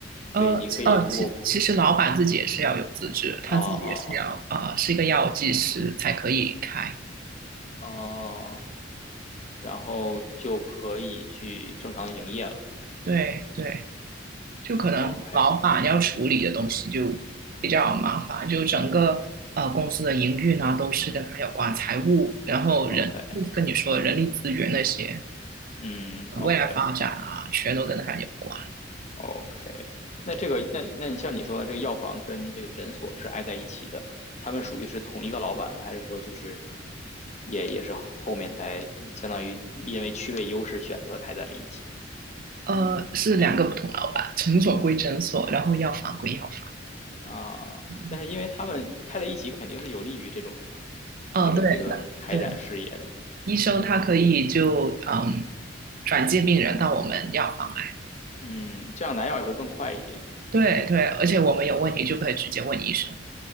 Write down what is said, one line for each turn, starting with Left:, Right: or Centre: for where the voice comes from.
Left: 所以你可以通过
Right: 呃呃，其其实老板自己也是要有资质，他自己也是要啊、
Left: 哦哦
Right: 呃是一个药剂师才可以开。
Left: 哦哦。哦然后就可以去正常营业了。
Right: 对对，就可能老板要处理的东西就比较麻烦，
Left: OK
Right: 就整个呃公司的营运啊都是跟他有关，财务，然后人跟你说人力资源那些，
Left: OK，嗯，OK
Right: 呃未来发展啊，全都跟他有关。
Left: OK。那这个，那那你像你说的，这个药房跟这个诊所是挨在一起的，他们属于是同一个老板吗？还是说就是也也是后面才相当于因为区位优势选择开在了一起
Right: 呃，是两个不同老板，诊所归诊所，然后药房归药房。
Left: 啊？
Right: 嗯
Left: 但是因为他们开在一起，肯定是有利于这种
Right: 哦，
Left: 这个这个开展事业的，
Right: 对的，对医生他可以就嗯
Left: 嗯
Right: 转介病人到我们药房来。
Left: 嗯，这样拿药也会更快一点。
Right: 对对，而且我们有问题就可以直接问医生。